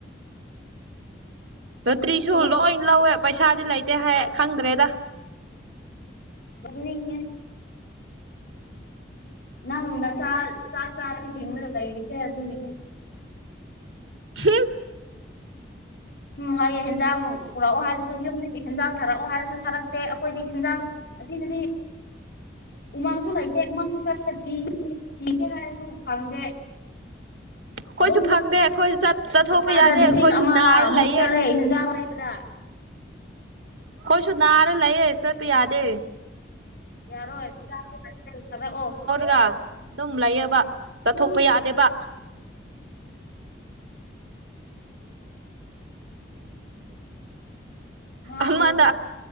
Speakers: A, on the right; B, on the left.
A: ꯔꯣꯇ꯭ꯔꯤꯁꯨ
B: ꯑꯗꯨꯒ
A: ꯂꯣꯏ ꯂꯧꯋꯦ ꯄꯩꯁꯥꯗꯤ ꯂꯩꯇꯦ ꯍꯥꯏ ꯈꯪꯗ꯭ꯔꯦꯗ
B: ꯅꯤꯡꯉ ꯅꯪꯗ ꯆꯥꯛ ꯆꯥꯛ ꯆꯥꯕꯅ ꯍꯤꯡꯉꯔꯕ ꯂꯩꯔꯤꯁꯦ ꯑꯗꯨꯒꯤꯅꯤ
A: ꯍ
B: ꯎꯝ ꯍꯥꯏꯌꯦꯦ ꯍꯟꯖꯥꯡ ꯄꯨꯔꯛꯑꯣ ꯍꯥꯏꯗꯁꯨ ꯌꯨꯝꯗ ꯍꯤꯟꯖꯥꯡ ꯊꯥꯔꯛꯑꯣ ꯍꯥꯏꯔꯁꯨ ꯊꯥꯔꯛꯇꯦ ꯑꯩꯈꯣꯏꯗꯤ ꯍꯟꯖꯥꯡ ꯑꯁꯤꯗꯗꯤ ꯎꯃꯪꯁꯨ ꯂꯩꯇꯦ ꯎꯃꯪꯁꯨ ꯆꯠꯂꯒ ꯊꯤ ꯊꯤꯒꯦ ꯍꯥꯏꯔꯁꯨ ꯐꯪꯒꯦ
A: ꯑꯩꯈꯣꯏꯁꯨ
B: ꯑꯗꯨ
A: ꯐꯪꯗꯦ ꯑꯩꯈꯣꯏ ꯆꯠꯊꯣꯛꯄ
B: ꯍꯞꯇꯥꯗ
A: ꯌꯥꯗꯦ
B: ꯂꯤꯁꯤꯡ
A: ꯑꯩꯈꯣꯏꯁꯨ
B: ꯑꯃꯨ
A: ꯅꯥꯔ ꯂꯩꯌꯦ
B: ꯍꯤꯟꯖꯥꯡ ꯃꯩꯕꯗ
A: ꯀꯣꯏꯁꯨ ꯅꯔ ꯂꯩꯌꯦ ꯆ ꯌꯥꯗꯦ
B: ꯌꯥꯔꯣꯏ ꯆꯥ ꯊꯔꯛꯑꯣ
A: ꯒ ꯑꯗꯨꯝ ꯂꯩꯌꯦꯕ ꯆꯠꯊꯣꯛꯄ ꯌꯥꯗꯦꯕ
B: ꯉꯥꯎꯅꯤ
A: ꯑꯃꯗꯣ